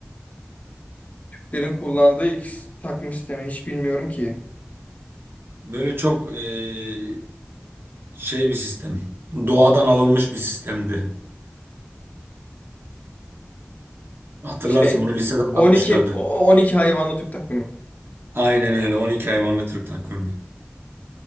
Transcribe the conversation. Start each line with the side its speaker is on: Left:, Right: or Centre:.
Left: <laughs> Derin kullandığı ilk takvim sistemi hiç bilmiyorum ki.
Right: Böyle çok eee, şey bir sistem. Doğadan alınmış bir sistemdi. Hatırlarsın
Left: Şey,
Right: bunu lisede anlatmışlardı.
Left: on iki, o- on iki hayvanlı Türk takvimi.
Right: Aynen öyle. 12 hayvanlı Türk takvimi.